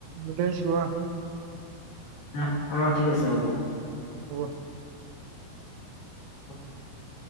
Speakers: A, on the right; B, on the left.
A: মিলাই ছোৱা।
B: হুহ, অ' ঠিক আছে হ'ব।
A: হ'ব।
B: <inaudible>